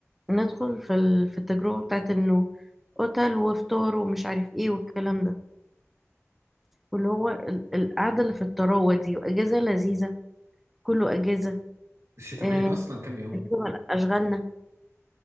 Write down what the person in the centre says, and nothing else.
ندخل في ال- في التجربة بتاعت إنه أوتيل وفطار ومش عارف إيه والكلام ده واللي هو ال- القعدة اللي في الطراوة دي وأجازة لذيذة كله أجازة
آه،
أجازة من أشغالنا